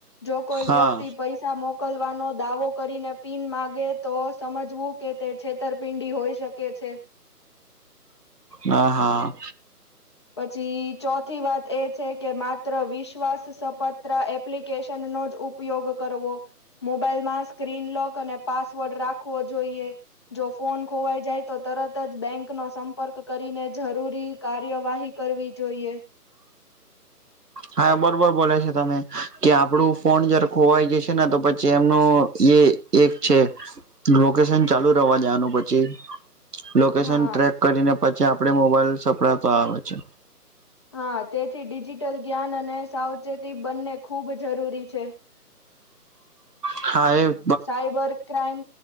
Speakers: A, on the left; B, on the right.
A: જો કોઈ
B: હા
A: વ્યક્તિ પૈસા મોકલવાનો દાવો કરીને પિન માગે તો સમજવું કે તે છે. ઉત્તરપિંડી હોઈ શકે છે.
B: હા હા.
A: પછી ચોથી વાત એ છે કે, માત્ર વિશ્વાસ સપત્ર એપ્લિકેશન નો જ ઉપ ઉપયોગ કરવો. મોબાઈલ માં સ્ક્રીન લોક અને પાસવર્ડ રાખવો જોઈએ. જો ફોન ખોવાઈ જાય તો, તરત જ બેંક નો સંપર્ક કરીને જરૂરી કાર્ય. કાયવાહી કરવી જોઈએ.
B: હા, બરોબર બોલે છે તમે કે, આપડું ફોન જયારે ખોવાઈ જશે ને, તો પછી એમનું એ થીક છે, લોકેશન ચાલુ રહેવા દેવાનું પછી લોકેશન
A: હા
B: ટ્રેક કરીને પછી આપડે મોબાઈલ સપડાતો આવે છે.
A: હા, તેથી ડિજિટલ જ્ઞાન અને સાવચેતી બંને ખૂબ જરૂરી છે.
B: હા, એમ.
A: Cyber crime.